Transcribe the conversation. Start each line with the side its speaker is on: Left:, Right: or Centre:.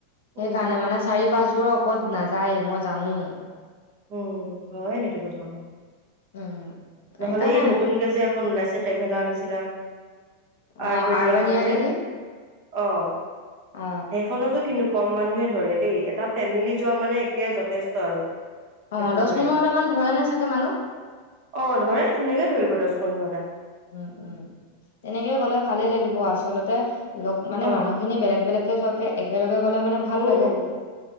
Right: উম
Left: সেইকাৰণে মানে চাৰি পাচঁযোৰৰ ওপৰত নাযায় মই জানোৱোৱেই।
Right: উম <unintelligible> কথা কওঁ।
Left: উম সেইকাৰণে
Right: নহলে এই নতুনকে যে এখন ওলাইছে ট্ৰেভেলাৰ নিচ চিনা
Left: অ
Right: আৰবেনিয়াখন
Left: আৰবানিয়া
Right: যে,
Left: নেকি
Right: অহ
Left: অ
Right: সেইখনতো কিন্তু কম মানুহে ধৰে দেই, এটা ফেমিলি যোৱা মানে একে যথেষ্ট আৰু।
Left: অ
Right: এখন
Left: দচ
Right: গাড়ী
Left: পোন্ধৰটামান ধৰে নে চাগে মানুহ?
Right: অ ধৰে। ধুনীয়াকে ধৰিব দছ পোন্ধৰটা।
Left: উম উম তেনেকে গলে ভালেই লাগিব আচলতে লগ মানে
Right: অ
Left: মানুহখিনি বেলেগ বেলেগকে যোৱাকে একেলগে গলে মানে ভাল
Right: উম
Left: লাগে।